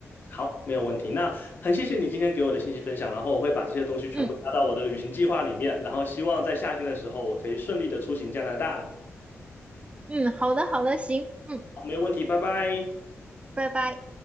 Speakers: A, on the left (about 45°); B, on the right (about 25°).
A: 好，没有问题。那很谢谢你今天给我的信息分享，然后我会把这些东西全部加到我的旅行计划里面，
B: 嗯
A: 然后希望在夏天的时候我可以顺利的出行加拿大。
B: 嗯，好的好的，行，嗯，
A: 好，没有问题，拜拜。
B: 拜拜。